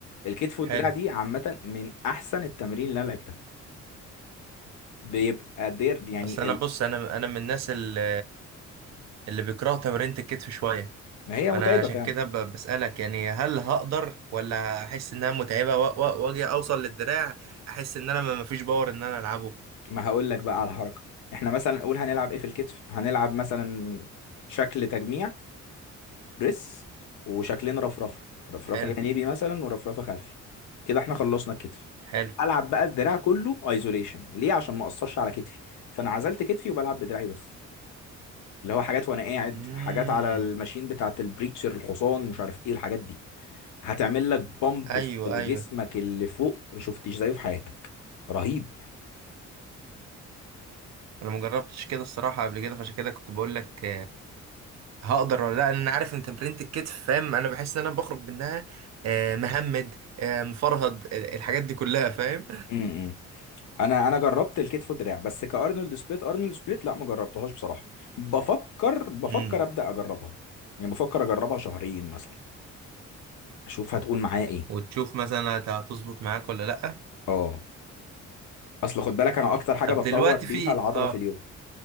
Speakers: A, on the left; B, on the right.
A: الكتف والدراع
B: حلو
A: دي عامة من احسن التمارين اللي انا لعبتها بيبقى دير يعني
B: اصل انا بص انا انا من الناس اللي اللي بيكرهوا تمرينة الكتف شويه
A: ما هي
B: فانا
A: متعبة
B: عشان
A: فعلا
B: كده ب- بسالك يعني هل هقدر ولا احس انها متعبه و- و- واجي اوصل للدراع احس ان انا ما ما فيش باور ان انا العبه
A: ما هقول لك بقى على الحركة احنا مثلا نقول هنلعب ايه في الكتف هنلعب مثلا شكل تجميع بريس وشكلين رفرفة رفرفة
B: حلو
A: جانبي مثلا ورفرفة خلفي كده احنا خلصنا الكتف
B: حلو
A: العب بقى الدراع كله ايزوليشن ليه عشان ما اقصرش على كتفي فانا عزلت كتفي وبلعب بدراعي بس اللي هو حاجات وانا قاعد
B: امم
A: حاجات على الماشين بتاعت البريتشر الحصان مش عارف ايه الحاجات دي هتعمل لك بامب
B: ايوه
A: في جسمك
B: ايوه
A: اللي فوق ما شفتش زيه في حياتك رهيب
B: انا مجربتش كده الصراحه قبل كده فعشان كده كنت بقول لك هقدر ولا لا لأن انا عارف ان تمرينة الكتف فاهم انا بحس ان انا بخرج منها آه، مهمد آه، مفرهد آه، الحاجات دي كلها فاهم
A: امم انا انا جربت الكتف والدراع بس كارنولد سبليت ارنولد سبليت لا ما جربتهاش بصراحه بفكر بفكر
B: امم
A: ابدا اجربها يعني بفكر اجربها شهرين مثلا اشوف هتقول معايا ايه
B: وتشوف مثلا هت- هتظبط معاك ولا لا
A: اه اصل خد بالك انا اكتر حاجه
B: طب
A: بتطور
B: دلوقتي
A: بيها
B: في
A: العضله
B: اه
A: في اليوم